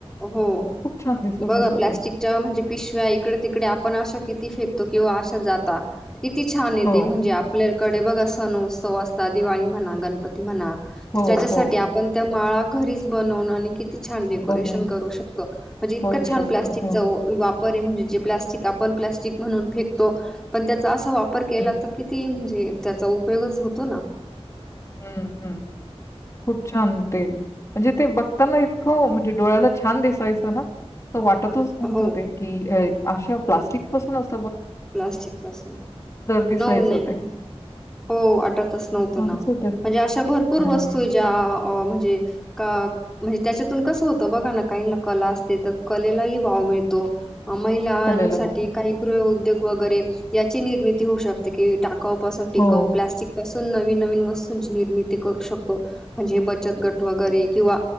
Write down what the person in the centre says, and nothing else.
हो
बघा
प्लॅस्टिकच्या
म्हणजे पिशव्या इकडे तिकडे आपण अशा किती फेकतो किंवा अशा जाता किती छान येते
म्हणजे आपल्या कडे बघा सण उत्सव असतात दिवाळी म्हणा गणपती म्हणा
तर त्याच्यासाठी
आपण त्या माळा घरीच बनवून आणि किती छान डेको डेकरोशन
करू शकतो म्हंजे इतकं
छान
प्लास्टिक
चा वा वापर परे म्हणजे जे प्लास्टिक आपण प्लास्टिक म्हणून फेकतो. चा असा वापर केला
तर किती म्हणजे त्याचा उपयोगच होतो न.
हो
प्लास्टिक पासून
नो नही
हो वाटतंच नव्हतं
ना
अशा भरपूर
वस्तू ज्या म्हणजे का त्याच्यातून कसं होतं बघा ना काही कला असते तर कलेलाही भाव मिळतो. महिलांसाठी
काही गृह उद्योग वगैरे याची निर्मिती होऊ शकते कि टा टाकाऊ पासून टिकाऊ
प्लास्टिक पासून नन नवीन वस्तूंची निर्मिती करू शकतो म्हणज बचत गट वगैरे किंवा